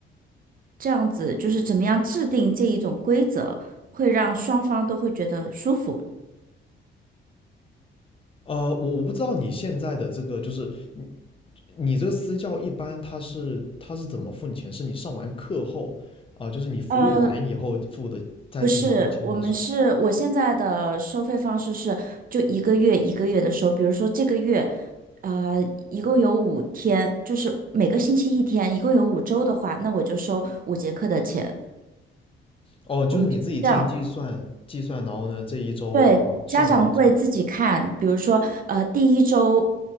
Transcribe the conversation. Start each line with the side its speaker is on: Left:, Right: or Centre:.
Right: 这样子，就是怎么样制定这一种规则，会让双方都会觉得舒服。
Left: 呃，我我不知道你现在的这个就是你你这个私教一般他是他是怎么付你钱？是你上完课后啊、呃就是你服务完以后付的再进一步钱还是？
Right: 呃，不是，我们是我现在的收费方式是就一个月一个月的收，比如说这个月，呃，一共有五天，就是每个星期一天，一共有五周的话，那我就收五节课的钱。
Left: 哦，就是你自己进行计算计算，
Right: 我们这样，
Left: 然后呢，这一周啊上了多少节课
Right: 对，家长会自己看，比如说，呃，第一周，